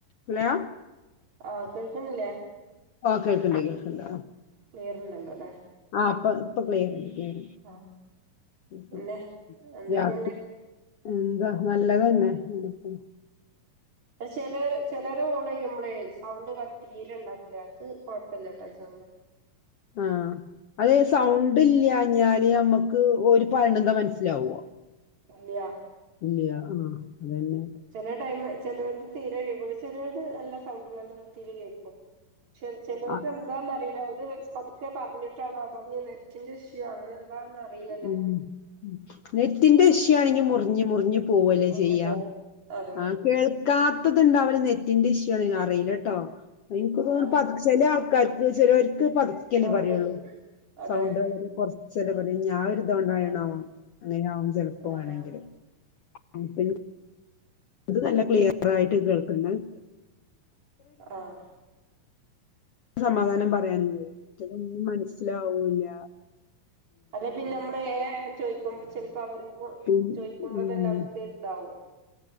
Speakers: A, on the left (about 85°); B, on the right (about 55°).
A: ഹലോ
B: ആഹ് കേക്ക്ന്നില്ലേ
A: ഓ കേൾക്ക്ണ്ട് കേൾക്ക്ണ്ട്
B: ക്ലിയർ ഉണ്ടല്ലോ അല്ലേ
A: ആഹ് അപ്പൊ ഇപ്പൊ ക്ലിയറ്ണ്ട് ക്ലിയറ്ണ്ട്
B: ആഹ്
A: <inaudible> <unintelligible>
B: പിന്നെ എന്തൊക്കെയുണ്ട്
A: എന്താ നല്ലതെന്നെ ഇങ്ങനെപ്പോണ്
B: പക്ഷെലോര് ചെലോര് ഞാൻ കോളീയ്യുമ്പളേയ് സൗണ്ട് പറ്റ് തീരെ ഇണ്ടാവില്യ ഇത് കൊഴപ്പല്യാട്ടാ ഈസൗണ്ട്
A: ആഹ് അതെ സൗണ്ട് ഇല്യാഞ്ഞാല് നമുക്ക് ഓല് പർണെന്താ മൻസ്സിലാവോ
B: ഇല്യ
A: ഇല്യാ ആഹ് അതെന്നെ
B: ചെലെ ടൈമ് ചെലോരത് തീരെ കേൾക്കൂല ചിലോരത് നല്ല സൗണ്ടും നല്ല വൃത്തീല് കേൾക്കും ചെൽ ചലോര്തെൻ
A: ആ
B: അതാന്നറീല്ല ഒരു വെസ് പത്ക്കെ പർഞ്ഞിട്ടാണോ അതോഞ്ഞ് നെറ്റിന്റെ ഇഷ്യു അങ്ങനെ എന്താന്ന് അറിയില്ലല്ലോ
A: ഉം ഉം നെറ്റിന്റെ ഇഷു ആണെങ്കി മുറിഞ്ഞ് മുറിഞ്ഞ് പോവെല്ലേ
B: ഒടിഞ്ഞു
A: ചെയ്യാ
B: പോവും അതെ അതെ
A: ആഹ് കേൾ കാത്ത ഇത് ഇണ്ടാവ്ണത് നെറ്റിന്റെ ഇഷ്യൂ ആണ് അറീലട്ടോ ഇൻകാെക്കെ ഇങ്ങനെ
B: ആഹ്
A: പത് ചെലെ ആൾക്കാർക്ക് ചെലോര്ക്ക് പത്ക്കെല്ലെ
B: സൗണ്ട്
A: പറയാെള്ളൂ
B: അതെ
A: സൗണ്ടേള്ങ്ങനെ കൊറ ച്ചെലെ പണിഞാ ആഒര് താണ്ടാേയണാവാെ
B: ആഹ്
A: അങ്ങനെയാവും ചെലപ്പാെ
B: ആഹ്
A: വേണെങ്കില്
B: ആഹ്
A: <unintelligible> ഇത് നല്ല ക്ലിയറായിട്ട് കേൾക്ക്ണ്
B: ആഹ്
A: സമാധാനം പറയാനും കഴിയും മറ്റതൊന്നും മനസ്സിലാവൂല്യ
B: അല്ലെ പിന്നെ അമ്മള് ഏഹ് ഏഹ് ഏഹ് ചോയ്ക്കുമ്പൊ ചെൽപ്പൊ അവർക്കാെ
A: പിൻ-
B: ചോയ്ക്കുമ്പാെ
A: ഉം
B: തന്നെ അവർക്കൈന് ഇതാവും